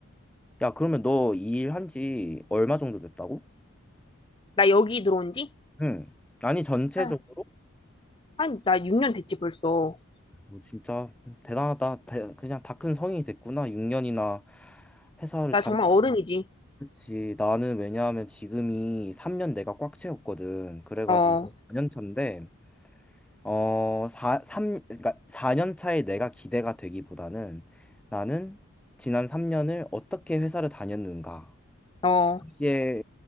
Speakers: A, in the centre; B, on the left.
A: 야, 그러면 너 이 일 한지 얼마 정도 됐다고?
B: 나 여기 들어온 지?
A: 응. 아니, 전체적으로?
B: 한, 한, 나 6년 됐지, 벌써.
A: 어, 진짜 대단하다. 대- 그냥 다 큰 성인이 됐구나. 6년이나 회사를
B: 나
A: 다녔
B: 정말 어른이지.
A: 그치, 나는 왜냐하면 지금이 3년 내가 꽉 채웠거든. 그래가지고
B: 어,
A: 4년 차인데, 어, 4, 삼 그러니까 사 년 차에 내가 기대가 되기보다는 나는 지난 3년을 어떻게 회사를 다녔는가.
B: 어.
A: 이제